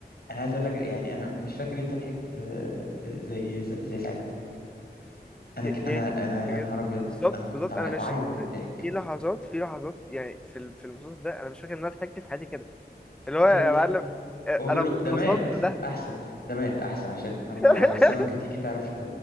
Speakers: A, on the left (about 65°); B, in the centre.
A: انا عايز اقول لك يعني انا مش فاكر انت ضحكت آه، آه، زي زي ساعتها انا ك...
B: يعني
A: انا انا يا
B: بجد
A: نهار ابيض
B: بالظبط
A: انا كنت
B: بالظبط
A: عاي-
B: انا
A: بعيط
B: مش
A: من
B: م-
A: الضحك
B: في لحظات في لحظات يعني في ال- في المسلسل ده انا مش فاكر ان انا ضحكت في حياتي كده اللي هو يا
A: فعلا
B: معلم آه،
A: هو بقول
B: انا
A: له ده
B: فصلت
A: مات
B: ده
A: احسن ده مات احسن عشان لما
B: <laughs>
A: السمكه تيجي تعرف ت...